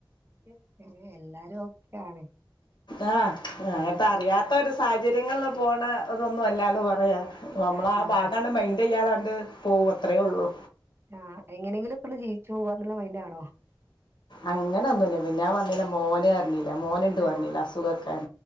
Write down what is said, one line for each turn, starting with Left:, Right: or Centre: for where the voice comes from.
Right: എ ഏ എല്ലാരു ക്കആണ്
Left: ആഹ് അങ്ങത്തെ അറിയാത്ത ഒരു സാഹചര്യങ്ങൾല് പോണ അതൊന്നും അല്ലാന്ന് പറയാ നമ്മള
Right: ആഹ്
Left: ആ ഭാഗാട് മൈന്റെയ്യാത ണ്ട് പോകും അത്രയേ ഉള്ളൂ
Right: ആഹ് എങ്ങനെങ്കിലും പ്പളു ജീവിച്ചു പോവാന്ന്ള്ള മൈന്റാ ആണോ
Left: അങ്ങന ഒന്നു ല്ല പിന്നാ പർഞ്ഞില്ലെ മോന് അർഞ്ഞീല മോന്ണ്ട് പർഞ്ഞില
Right: ആഹ്
Left: അസുഖക്കൻ